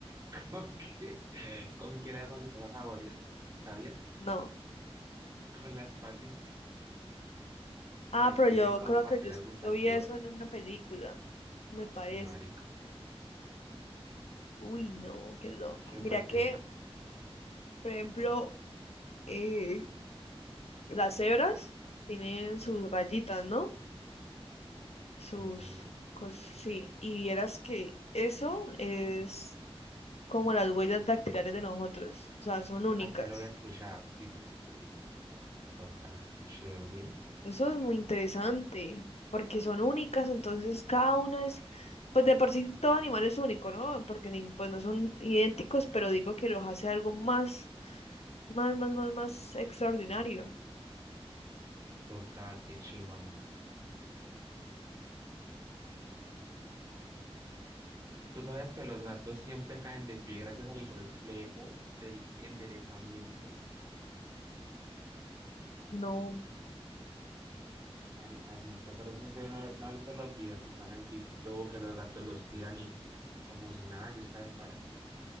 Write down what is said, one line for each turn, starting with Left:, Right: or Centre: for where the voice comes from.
Right: <laughs> ¿Con qué, con qué las mariposas saborean? ¿Sabías?
Left: No.
Right: Con las patas.
Left: Ah,
Right: Ahí
Left: pero
Right: tienen
Left: yo
Right: como
Left: creo
Right: papilas
Left: que yo,
Right: gustativas.
Left: yo vi eso en una película, me parece.
Right: Sí, marico.
Left: Uy, no, qué loco.
Right: Qué
Left: Mira
Right: fuerte,
Left: que,
Right: ¿no?
Left: por ejemplo, eh, Las cebras tienen sus rayitas, ¿no? Sus
Right: Ujú.
Left: cosas, sí. Y vieras que eso es como las huellas dactilares de nosotros. O sea, son únicas.
Right: Así lo había escuchado. dice sí, sí, sí. sí. Total, qué chévere.
Left: Eso es muy interesante, porque son únicas, entonces cada una es, pues de por sí todo animal es único, ¿no? Porque ni- pues no son idénticos, pero digo que los hace algo más, más, más, más, más extraordinario.
Right: Total, qué chimba, marico. Tú sabías que los gatos siempre caen de pie gracias al reflejo del enderezamiento.
Left: No,
Right: Marica, sí, usted, pero eso usted no, no ha visto los videos que suenan en TikTok, que los gatos los tiran y como si nada, ellos caen parados.